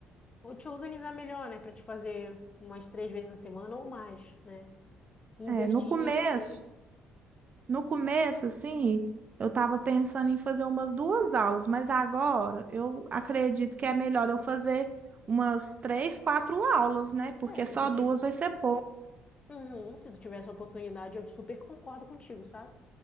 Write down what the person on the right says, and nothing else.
É, no começo,
no começo, assim, eu estava pensando em fazer umas duas aulas, mas agora eu acredito que é melhor eu fazer umas três, quatro aulas, né? Porque
só
duas
vai ser pouco.